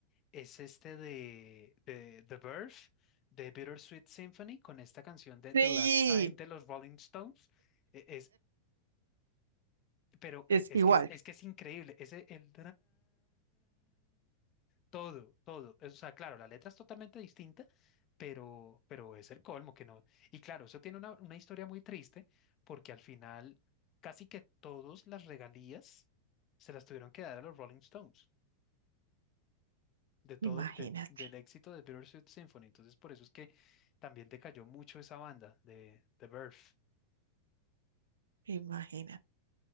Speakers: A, on the left; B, on the right.
A: es este de, de The Verve, de Bittersweet Symphony, con esta canción de
B: Sí,
A: The Last Time de los Rolling Stones. E- Es, pero
B: es
A: eh, es
B: igual.
A: que es, es que es increíble. Ese, el... Todo, todo. Es- O sea, claro, la letra es totalmente distinta, pero, pero es el colmo que no. Y claro, eso tiene una, una historia muy triste, porque al final casi que todas las regalías se las tuvieron que dar a los Rolling Stones, de todo
B: Imagínate,
A: el- de- del éxito de Bittersweet Symphony. Entonces, por eso es que también decayó mucho esa banda de The Birth.
B: imagínate.